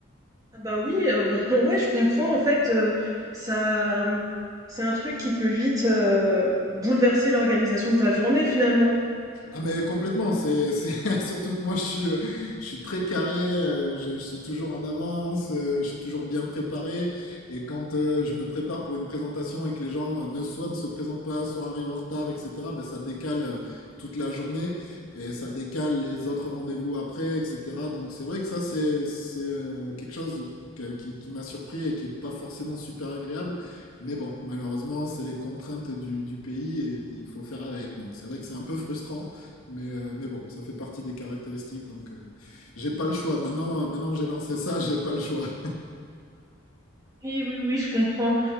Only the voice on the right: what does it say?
Ah bah oui, heu, bah <laughs> ouais, je comprends en fait, heu, ça, mmh, c'est un truc qui peut vite, heu, bouleverser l'organisation de ta journée finalement.
Oui, oui, oui, je comprends.